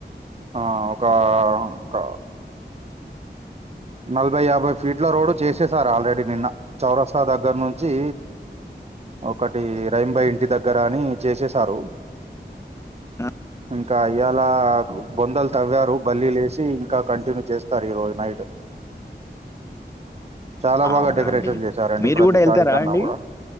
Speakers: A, on the right (about 35°); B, on the left (about 15°).
A: ఆ ఒక క నలభై యాభై ఫీట్ల రోడ్ చేసేసారు ఆల్రెడీ నిన్న చౌరస్తా దగ్గర నుంచి ఒకటి రహీం బాయి ఇంటి దగ్గర అని చేసేసారు
B: ఆ
A: ఇంకా ఇయ్యాలా బొందలు తవ్వారు బల్లీలేసి ఇంకా కంటిన్యూ చేస్తారు ఈ రోజు నైట్ చాలా
B: అవునా
A: బాగా డెకరేషన్
B: అండి
A: చేసారండి
B: మీరు
A: ప్రతిసారి
B: కూడా వెళ్తారా
A: కన్నా
B: అండి
A: కూడా